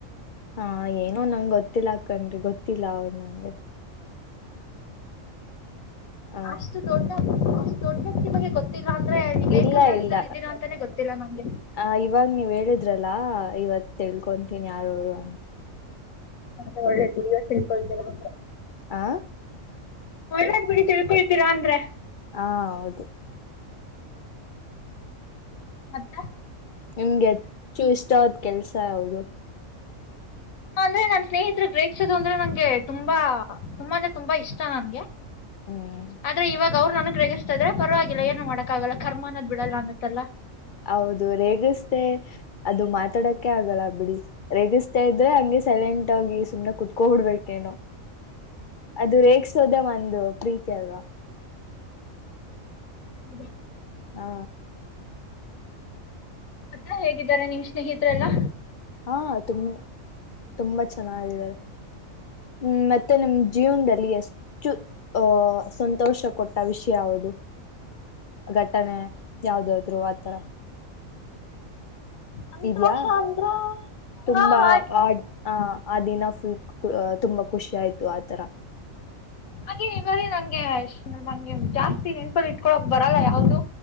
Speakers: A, on the left; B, on the left.
A: ಹಾ ಏನೋ ನಂಗ್ ಗೊತ್ತಿಲ್ಲ ಕಣ್ರಿ ಗೊತ್ತಿಲ್ಲ ಅವ್ರು ನಂಗೆ ಹ
B: ಅಷ್ಟು ದೊಡ್ಡ <unintelligible> ನೀವೇ
A: ಇಲ್ಲ
B: ಕರ್ನಾಟಕದಲ್ಲಿ
A: ಇಲ್ಲ
B: ಇದ್ದೀರಾ ಅಂತಾನೆ ಗೊತ್ತಿಲ್ಲ ನನಗೆ
A: ಆ ಇವಾಗ ನೀವ್ ಹೇಳಿದ್ರಲ್ಲಾ ಇವತ್ತು ತಿಳ್ಕೊತೀನಿ ಯಾರ ಅವರು ಅಂತ
B: ಹೆ ಒಳ್ಳೇದು ನೀವ ತಿಳ್ಕೊಿದ್ದೀರ ಹ್ರ
A: ಆ
B: ಒಳ್ಳದ್ ಬಿಡಿ ತಿಳ್ಕೊಳ್ತಿೀರಾ ಅಂದ್ರೆ
A: ಹಾ ಹೌದು
B: ಮತ್ತೆ
A: ನಿಮ್ಗೆ ಚೂ ಇಷ್ಟತ್. ಕೆಲ್ಸ ಯಾದು.
B: ಅಂದ್ರೆ ನಾನ್ ಸ್ನೇಹಿತರು ಗ್ರೇಕ್ಷಿಸೋದು ಅಂದ್ರೆ ನಂಗೆ ತುಂಬಾ ತುಂಬ ಅಂದ್ರೆ ತುಂಬಾ ಇಷ್ಟ ನನ್ಗೆ.
A: ಹ್ಮ್
B: ಆದ್ರೆ ಇವಾಗ. ಅವ್ರು ನನಗ್ ಗ ರೇಗಿಸತ ಇದ್ರೆ ಪರವಾಗಿಲ್ಲ ಏನು ಮಾಡಕಕ್ಕಾಗಲ್ಲ ಕರ್ಮ ಅನ್ನೋ್ ಬಿಡಲ್ಲ ಅನ್ನತ್ತಲ್ಲ.
A: ಹೌದು ರೇಗಸ್ೇ ಅದು ಮಾತಾಡಕ್ಕೆ ಆಗಲ್ಲ ಬಿಡಿ. ರೇಗಿಸ್ತಾ ಇದ್ರೆ ಹಂಗೆ ಸೆಲೆಂಟ್ ಆೋಗಿ. ಸುಮ್ನೆ ಕುೂತ್ಕೋ ಹಿಡ್ಬೇಕೇನು. ಅದು ರೇಗ್ಿಸೋದೆ ಮಾ. ಒಂದು ಪ್ರೀತಿ ಅಲ್ವಾ.
B: ಹೌದ.
A: ಹಾ.
B: ಮತ್ತ ಹೇಗಿದ್ದಾರೆ ನಿಮ್ಮ್ ಸ್ನೇಹಿತ್ರೆ ಎಲ್ಲ.
A: ಹಾ ತು ತುಂಬಾ ಚೆನ್ನಾಗಿದೆ. ಹ್ಮ್ ಮತ್ತೆ ನಿಮ್ ಜೀವನದಲ್ಲಿ ಎಷ್ಟು ಅಹ ಸಂತೋಷ ಕೊಟ್ಟ ವಿಷಯ ಯಾದು ಘಟನೆ ಯಾವ್ದಾದ್ರು ಆತರ.
B: ಸಂತೋಷ
A: ಇದ್ಯಾಾ
B: ಅಂದ್ರ ಹಾ
A: ತುಂಬಾ
B: ಹಾಗ್-
A: ಆ ಆ ದಿನ. ತುಂಬಾ ಖುಷಿ ಆಯ್ತು ಆತರ.
B: ಹಾಗೆ ನಿ ಬ್ರ ನಂಗೆಂಗೆ ಜಾಸ್ತಿ ನೆನ್ಪಲ್ಲಿ ಇಟ್ಕೊಳಕ್ ಬರಲ್ಲ ಯಾವ್ದು.